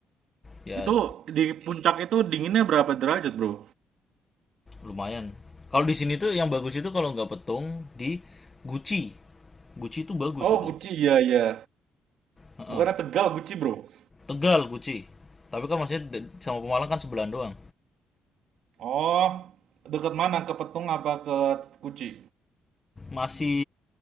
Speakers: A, on the left (about 25°); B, on the right (about 75°).
A: ya
B: Itu di puncak itu dinginnya berapa derajat, Bro?
A: lumayan kalau di sini tuh yang bagus itu kalau nggak Petung di Guci Guci itu bagus
B: Oh,
A: itu
B: Guci, iya, iya.
A: Heeh.
B: Bukannya Tegal, Guci, bro.
A: Tegal Guci tapi kan masih de- sama Pemalang kan sebelahan doang
B: Oh, dekat mana? Ke Petung apa ke Guci?
A: masih